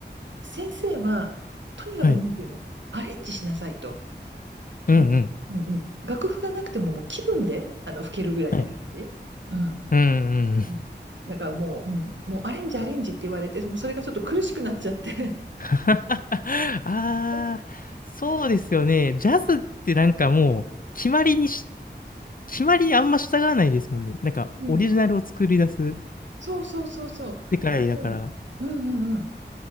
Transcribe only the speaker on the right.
先生はとにかくなんていうの、
アレンジしなさいと。
もう、うんうん、楽譜がなくてももう気分であの吹けるぐらいな感じ。
うん。
うんだからもう、うん、もうアレンジアレンジって言われて、もうそれがちょっと苦しくなっちゃって。
<laughs>
うん
そうそうそうそう。
そう。うんうんうん。